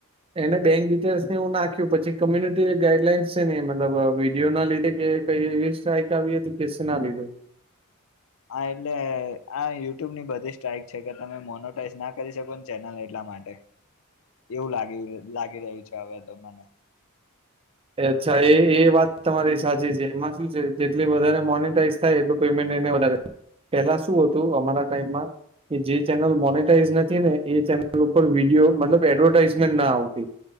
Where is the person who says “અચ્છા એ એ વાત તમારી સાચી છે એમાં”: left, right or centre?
Right